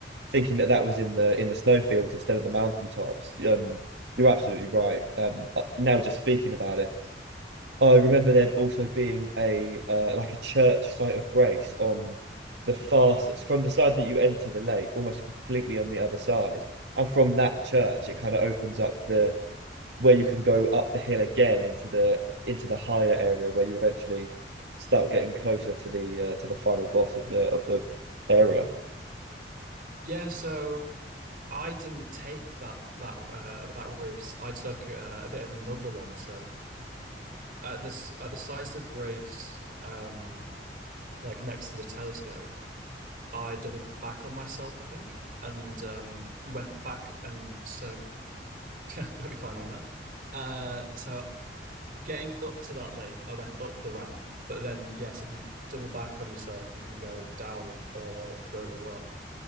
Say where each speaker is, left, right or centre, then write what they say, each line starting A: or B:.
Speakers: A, on the right; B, on the right.
A: thinking that that was in the in the snowfields instead of the mountaintops. Um, you're absolutely right. Um, uh, now just speaking about it, I remember there also being a uh, like a church site of grace on the far That's from the side that you enter the lake, almost completely on the other side, and from that church it kind of opens up the where you can go up the hill again into the into the higher area where you eventually start getting closer to the uh, to the final boss of the of the area.
B: yeah, so I didn't take that that uh, that route. I took uh, a bit of another one. So at this at the site of Grace, um, like next to the telescope I doubled back on myself, I think, and um, went back. And so <laughs> let me find where I'm at. Uh, so getting up to that lake, I went up the ramp. But then, yes, if you double back on yourself, you can go down or further up.